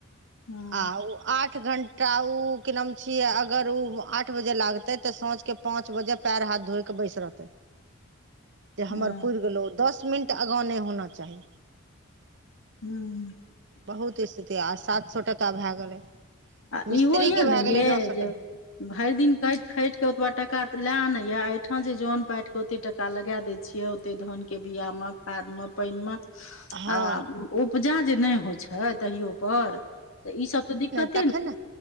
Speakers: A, on the left; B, on the right.
A: हँ
B: आ ओ आठ घण्टा ओ क नाम छियै अगर ओ आठ बजे लागतै तऽ साँझके पाँच बजे पैर हाथ धोय के बैस रहतै जे हमर
A: हँ
B: पुरि गेलहु दस मिनट आगाँ नहि होना चाही
A: हँ
B: बहुत स्थिति आ सात सए टाका भए गेलै
A: आ
B: मिस्त्री
A: इहो यऽ
B: के
A: ने
B: भए
A: ये
B: गेलै नौ सौ
A: जे
B: टका
A: भरि दिन कटि खाटि कऽ ओतबा टाका तऽ लए आनैय एहिठाम जे जन पाटि कऽ ओते टाका लगा दै छियै ते धान के बिया मे खाद मे पानि मे
B: हँ
A: आ उपजा जे नहि होइ छै तहियो पर तऽ ई सब तऽ दिक्कत
B: तखैन